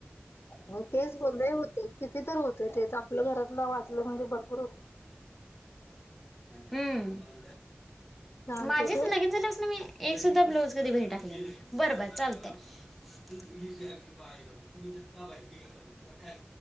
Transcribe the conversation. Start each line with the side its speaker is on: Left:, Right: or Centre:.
Left: मग तेच बोल होत किती तर होतय तेच आपलं घरातलं वाचलं म्हणजे ब हो
Centre: हम्म
Left: हां,
Centre: माझेच
Left: ते ठेवू?
Centre: लगेच झालं ना मी एक सुद्धा ब्लाऊज कधी घरी टाकले बर बर चालतय बाहेर ती म्हणात का बाहेर निघाणार आता काय